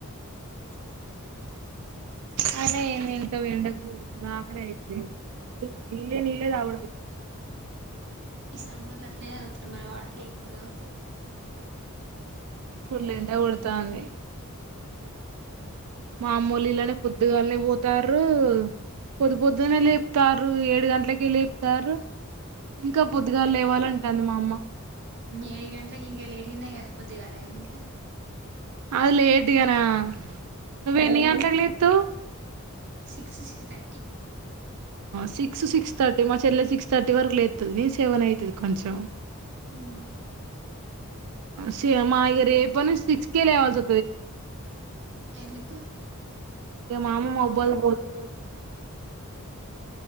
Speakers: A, on the right; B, on the right.
A: ఆ అయిన ఏం వెళ్తాం ఎండకు గాబరా అయితది. ఇల్ నీళ్ళలే నీళ్లే తాగుడు అయితాంది
B: ఈ సమ్మర్ లో అట్నే తాగుతారు మరి వాటర్ ఎక్కువ తాగుతారు
A: ఫుల్ ఎండ కొడతాంది మామూలులోనే పొద్దుగాలనే పోతార్రు పొద్దు పొద్దునే లేపుతారు ఏడు గంటలకి లేపుతారు ఇంకా పొద్దుగాలు లేవాలంటంది మా అమ్మ
B: ఏడు గంటలకి ఇంకా లేటుగా నే ఎదు పొద్దిగాల ఇంకా
A: అది లేట్గానా నువ్వ ఎన్ని గంటలకు లేతవు
B: six six thirty
A: six six thirty మా చెల్లె సిక్స్ థర్టీ వరకు లేతుంది సెవెన్ అవుతది కొంచెం
B: ఉం
A: సేమా వ రేప నుంచి సిక్స్ కే లేెవాల్స్
B: ఎందుక
A: ఇగ మా అమ్మ
B: మామ
A: మబ్బు అది
B: మబ్బుల పోతది